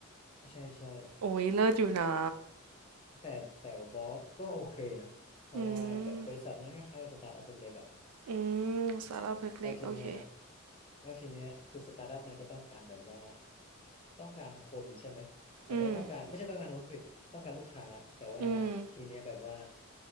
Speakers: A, on the left (about 25°); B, on the right (about 90°).
A: ใช่ใช่
B: โอ้ยเลิศอยู่นะ
A: แต่แต่บอสก็โอเคนะ เพราะว่าแบบบริษัทมันคล้ายๆสตาร์ทอัพเล็กๆอะ
B: อืมอืมสตาระเล็กๆโอเค
A: แล้วทีเนี้ยแล้วทีเนี้ยคือสตาร์ทอัพมันก็ต้องการแบบว่าต้องการคนใช่ไหมหมายถึงว่าต้องการไม่ใช่ต้องการคนผิดต้องการลูกค้าแต่ว่าทีเนี้ยแบบว่า
B: อืมอืม